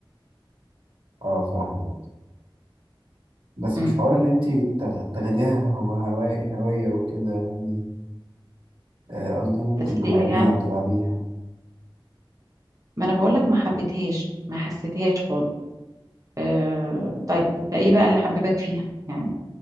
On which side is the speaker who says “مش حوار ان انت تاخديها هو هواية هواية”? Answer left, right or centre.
Right